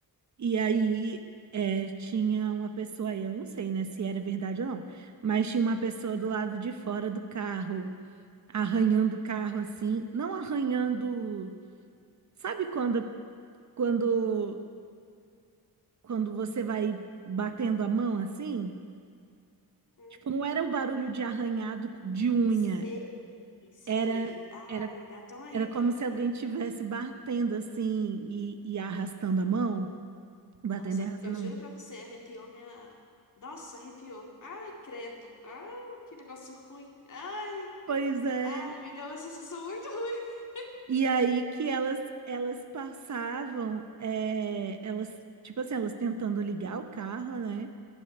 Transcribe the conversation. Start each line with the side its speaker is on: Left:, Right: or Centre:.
Right: E aí é, tinha uma pessoa aí, eu não sei, né, se era verdade ou não, mas tinha uma pessoa do lado de fora do carro, arranhando o carro assim, não arranhando. Sabe quando, quando quando você vai batendo a mão assim,
Left: hum.
Right: tipo, não era o barulho de arranhado de unha,
Left: Sei, sei.
Right: era
Left: Ai,
Right: era
Left: dá até um arrepio,
Right: era como se
Left: menina.
Right: alguém tivesse batendo assim e, e arrastando a mão, batendo
Left: Nossa,
Right: e arrastando
Left: eu juro
Right: a mão.
Left: pra você, arrepiou minha. Nossa, arrepiou. Ai, credo. Ai, que negócio ruim. Ai,
Right: Pois é.
Left: ai, me deu uma sensação muito <laughs> ruim.
Right: E aí que elas elas passavam, é, elas tipo assim, elas tentando ligar o carro, né?